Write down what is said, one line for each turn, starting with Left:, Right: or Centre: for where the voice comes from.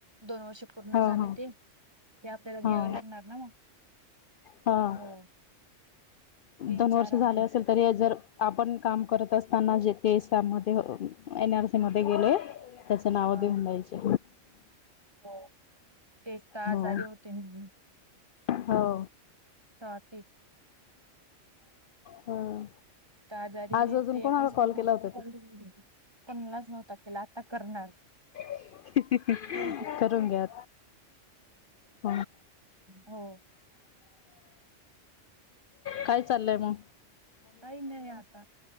Right: दोन वर्षे पूर्ण
Left: हा
Right: झाले
Left: हा
Right: ते ते आपल्याला
Left: हा
Right: घ्याव लागणार ना म.
Left: हा
Right: हो. तीन
Left: दोन वर्ष
Right: चार आहे
Left: झाले
Right: ना
Left: असेल तरी जर आपण काम करत असताना जे ते समध्ये एन आर सम मध्ये गेलं. त्याचे नाव
Right: हा
Left: देऊन जायचे
Right: हो तेच तर आजारी
Left: हो.
Right: होते तेव्हा,
Left: हो.
Right: का ते.
Left: ह
Right: त आजारी
Left: आज अजून
Right: ते
Left: कोणाला
Right: <unintelligible>
Left: कॉल केला होता
Right: कोणलाच
Left: तू
Right: नव्हता केला आ ता करणार.
Left: ही ही ही
Right: हो
Left: करून घ्या आ
Right: हो.
Left: काय चाललंय म?
Right: काही नाही आता